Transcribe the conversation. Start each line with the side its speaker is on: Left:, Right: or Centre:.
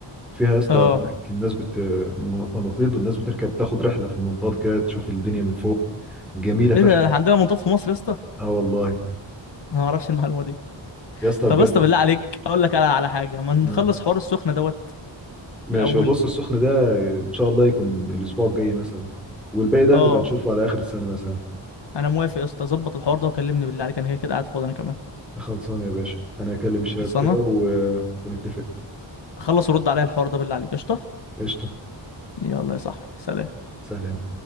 Centre: فيها يا اسطى
Left: اه
Centre: هناك الناس بت م- مناطيد والناس بتركب تاخد رحله في المنطاد كده تشوف الدنيا من فوق جميله فشخ
Left: ايه ده
Centre: يا اسطى.
Left: عندنا منطاد في مصر يا اسطى
Centre: اه والله
Left: انا ما اعرفش المعلومه دي
Centre: يا اسطى
Left: طب
Centre: بجد
Left: يا اسطى بالله عليك اقول لك على على حاجه ما نخلص
Centre: مم.
Left: حوار السخنه دوت
Centre: ماشي
Left: الاول
Centre: هو بص السخن ده ان شاء الله يكون الاسبوع الجاي مثلا والباقي ده
Left: اه
Centre: نبقى نشوفه على اخر السنه مثلا
Left: انا موافق يا اسطى ظبط الحوار ده وكلمني بالله عليك انا كده كده قاعد فاضي انا كمان
Centre: خلصانه يا باشا انا هكلم الشباب
Left: خلصانه
Centre: كده و... ونتفق
Left: خلص ورد عليا الحوار ده بالله عليك قشطه
Centre: قشطه
Left: يلا يا صاحبي سلام
Centre: سلام